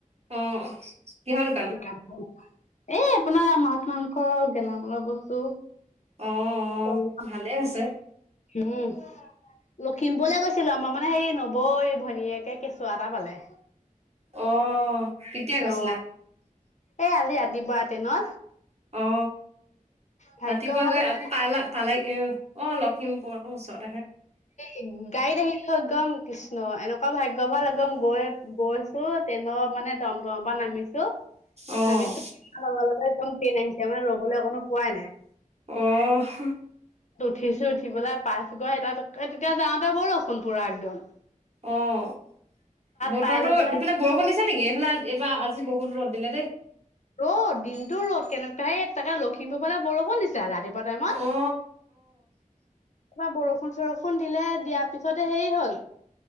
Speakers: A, on the right; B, on the left.
A: অ' অ' কিহৰ দোকান?
B: এ কাম হ'ল এই আপোনাৰ মাছ-মাংস, গেলামালৰ বস্তু।
A: অ'
B: <unintelligible>
A: অ' ভালে আছে
B: উম, লখিমপুৰলে গৈছিলোঁ আমাৰ মানে সেই নবৌ ভনীয়েকে কেঁচুৱা এটা পালে।
A: অ', কেতিয়া
B: পি
A: গৈছিলা?
B: অ, এই আজি ৰাতিপুৱাতে ন?
A: অ,
B: ভাগ্য
A: ৰাতিপুৱা
B: ভাল
A: গৈ
B: মানে
A: আকৌ পালা - পালাগ উম, অ, লখিমপুৰ আকৌ ওচৰত।
B: এই গাড়ীত আহিলো একদম কৃষ্ণ এনেকুৱা ভাগ্য ভাল একদম গৈ-গৈ ট্ৰেইনৰ মানে টম-টমৰ পৰা নামিছো-নামিছো
A: অ'
B: লগে লগে একদম ট্ৰেইন আহিছে মানে ৰ'বলৈ অকণো পোৱাই নাই।
A: অহ',
B: উঠিছোঁ উঠি পেলাই পাইছোগৈ স তাত তেতিয়া যাওঁতে বৰষুণ পুৰা একদম‌।
A: অহ', বতৰতো
B: পাই লৈ পেলাই
A: সিফালে বৰষুণ দিছে নেকি? এইফালে এইবাৰ আজি বহুত ৰদ দিলে দেই।
B: ৰ'দ দিনটো ৰ'দ কেনেকুৱা হে তাকে লখিমপুৰৰ ফালে বৰষুণ দিছিল ৰাতিপুৱা টাইমত।
A: অ'
B: তা বৰষুণ-চৰষুণ দিলে দিয়াৰ পিছতে হেৰি হ'ল